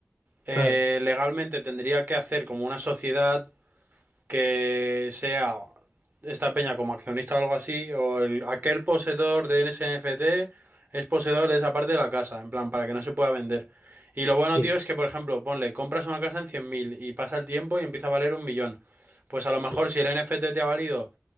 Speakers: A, on the right (about 45°); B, on the left (about 70°).
A: Eh,
B: claro,
A: legalmente tendría que hacer como una sociedad que sea esta peña como accionista o algo así, o el- aquel poseedor de ese NFT es poseedor de esa parte de la casa, en plan, para que no se pueda vender. Y lo bueno,
B: sí,
A: tío, es que, por ejemplo, ponle, compras una casa en 100.000 y pasa el tiempo y empieza a valer un millón. Pues a lo
B: sí.
A: mejor si el NFT te ha valido